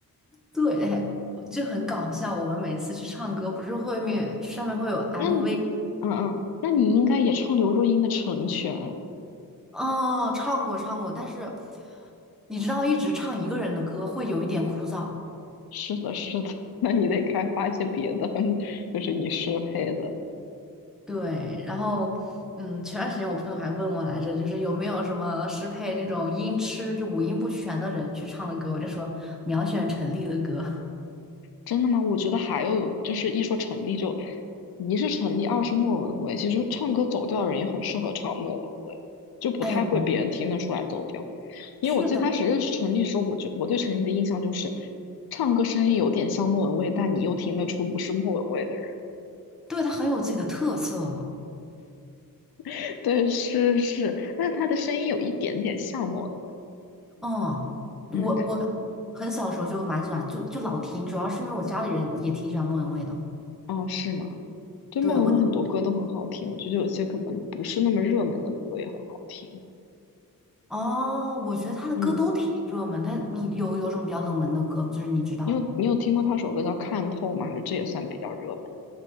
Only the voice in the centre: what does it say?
对，哎，就很搞笑。我们每次去唱歌，不是后面上面会有 MV
哦，唱过唱过，但是你知道，一直唱一个人的歌会有一点枯燥。
对，然后嗯，前段时间我朋友还问我来着，就是有没有什么适配那种音痴，就五音不全的人去唱的歌，我就说秒选陈粒的歌。<laughs>
哎，我
是的，
对，他很有自己的特色。
哦，我我
很小时候就蛮喜欢，就就老听，主要是因为我家里人也挺喜欢莫文蔚的。
对，
我，
哦，我觉得他的歌都挺热门，
他有有什么比较冷门的歌吗？就是你知道的。